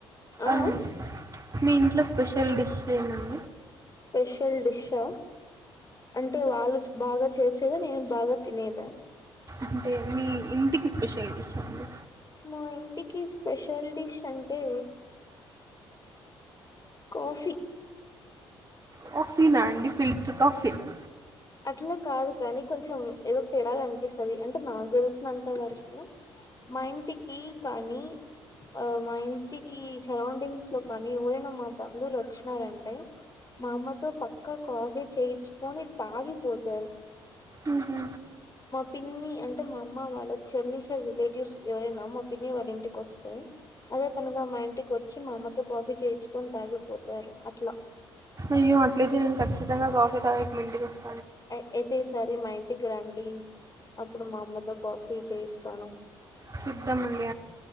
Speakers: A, on the left; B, on the right.
A: ఆ
B: అన్ మీ ఇంట్లో స్పెషల్ డిష్ ఏమన్
A: స్పెషల్ డిష్షా అంటే వాళ్ళుచ్ బాగా చేసేదా నేను బాగా తినేదా
B: అంటే మీ ఇంటికి స్పెషల్ డిష్ అండి
A: మా ఇంటికి స్పెషల్ డిష్ అంటే కాఫీ
B: కాఫీనా అండి ఫిల్టర్ కాఫీనా
A: అట్ల కాదు కానీ కొంచెం ఏదో తెడాగా అనిపిస్తది అన్ టె నాక్ తెలిసినంత వరకు మా ఇంటికీ కానీ ఆ మా ఇంటికీ సరౌండింగ్స్ లో కానీ ఎవరైనా మా బంధువులు వచ్చినారంటే మా అమ్మతో పక్కా కాఫీ చేయిచ్చుకొని తాగి పోతారు
B: ఊహు
A: పిన్ని అంటే మా అమ్మ వాళ్ళ చెల్లి సైడ్ రిలేటివ్స్ ఎవరైనా మా పిన్ని వాళ్ళ ఇంటికి ఒస్తే అదే పనిగా మా ఇంటికి వచ్చి మా అమ్మతో కాఫీ చేయిచ్చుకొని కాఫీ తాగిపోతారు అట్లా
B: అయ్యో అట్లయితే నేను ఖచ్చితంగా కాఫీ తాగేకి మీ ఇంటికి ఒస్
A: ఏ అయితే ఈసారి మా ఇంటికి రండీ అప్పుడు మా అమ్మతో కాఫీ చేయిస్తాను
B: చూద్దామన్